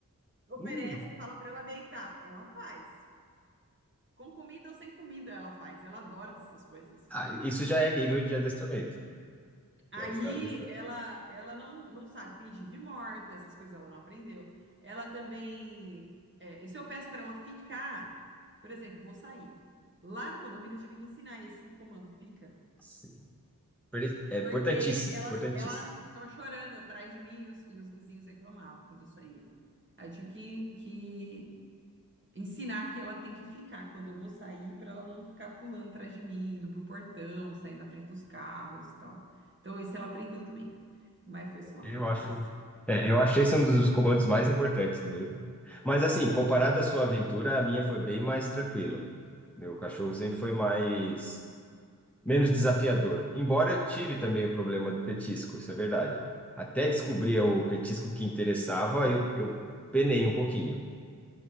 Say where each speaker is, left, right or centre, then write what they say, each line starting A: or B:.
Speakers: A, on the right; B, in the centre.
A: oferece
B: Hum.
A: e fala para ela deitar. Ela faz. Com comida ou sem comida, ela faz. Ela adora fazer essas coisas.
B: Ah, isso já é nível de adestramento.
A: Aí
B: Já está adestrado.
A: ela, ela não, não sabe fingir de morta, essas coisas ela não aprendeu. Ela também. é, e se eu peço para ela ficar, por exemplo, vou sair. Lá no condomínio eu tive que ensinar esse comando, fica.
B: Sim. Pre- É
A: Porque
B: importantíssimo,
A: ela,
B: importantíssimo.
A: ela ficava chorando atrás de mim e os, e os vizinhos reclamavam quando eu saía. Aí eu tive que, que ensinar que ela tem que ficar quando eu vou sair para ela não ficar pulando atrás de mim, indo pro portão, saindo na frente dos carros e tal. Então, isso ela aprendeu também. Mas foi só,
B: Eu
A: depois.
B: acho. É, eu achei esse um dos comandos mais importantes mesmo. Mas assim, comparado à sua aventura, a minha foi bem mais tranquila. Meu cachorro sempre foi mais menos desafiador. Embora eu tive também o problema do petisco, isso é verdade. Até descobrir o petisco que interessava, eu, eu penei um pouquinho.